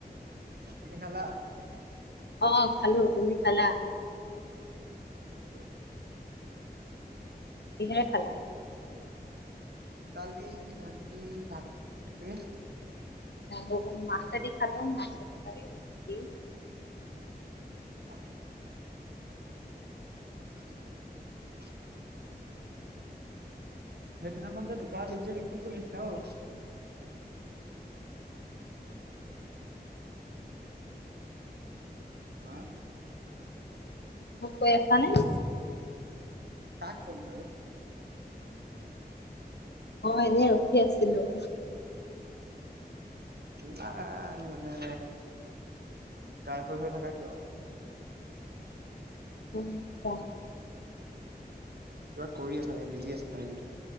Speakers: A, on the right; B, on the left.
A: ভাত পানি খালা?
B: অ' খালো, তুমি খালা?
A: <unintelligible>
B: কিহেৰে খালা?
A: কালি ভাজি ভাতৰে।
B: আহ, অ, উম, মাছে দি খালোং মা মাছৰ তৰকাৰীদি।
A: ফাল্টু মানে। <unintelligible> সেইদিনাখন যে দোকানত দেখিছিলো কি কৰি আছিলা অৱ অহ
B: মোক কৈ আছা নে?
A: তাক কম বাৰু।
B: অ' এনেই ৰখি আছিলোঁ।
A: ইমান মানে গাইপ হৈ হৈ থাকা কিয়?
B: উম কোৱা।
A: কিবা কৰি আছা নেকি বিজি আছে নেকি?